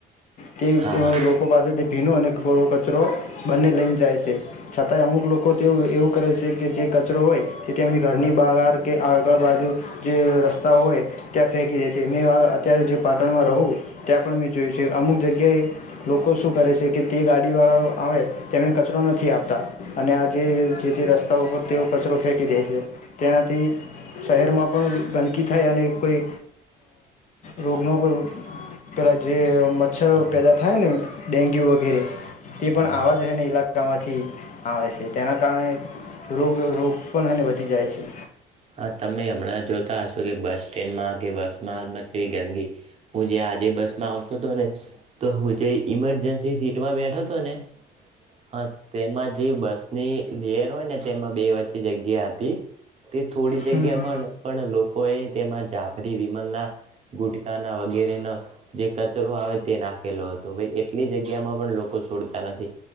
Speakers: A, on the left; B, on the right.
A: તે
B: હા
A: અ
B: હા
A: લોકો પાસેથી ભીનો અને કોરો કચરો બંને લઈને જાય છે. છતાંય અમુક લોકો તેું એવું કરે છે કે જે કચરો હોય તે તેમની ઘરની બહાર કે આગળ બાજુ જે રસ્તા હોય ત્યાં ફેંકી દે છે મે અત્યારે જે પાટણમાં રહું ત્યાં પણ મેં જોયું છે અમુક જગ્યાએ લોકો શું કરે છે કે તે ગાડીવાળાઓ આવે તેમને કચરો નથી આપતા <inaudible> જે જે તે રસ્તા ઉપર તેઓ કચરો ફેંકી દે છે તેનાથી શહેરમાં પણ ગંદકી થાય અને કોઈ રોગનો પણ પેલાં જે મચ્છર
B: હા
A: પેદા થાય ને <inaudible> ડેન્ગ્યુ વગેરે તે
B: હા
A: પણ
B: હા
A: આવા જો ને ઈલા ત મા થી આવે છે તેના કારણે રોગ રોગ પણ અને ને વધી જાય છે.
B: હા તમે હમણાં જોતા હશો કે બસ સ્ટેન્ડમાં કે બસ માં હાલમાં જેવી ગંદગી હું જે આજે બસ માં આવતો હતો ને તો હું જે ઇમરજેન્સી સીટમાં બેઠ તોને હા તેમાં જે બસ ની લેયર હોય ને તેમાં બે વચ્ચે જગ્યા હતી. તે થોડી
A: હમ
B: જગ્યામાં પણ લોકોએ તેમાં જાફરી વિમલના ગુટકાના વગેરે ના જે કચરો આવે તે નાખેલો હતો ભાઈ એટલી જગ્યામાં પણ લોકો છોડતા નથી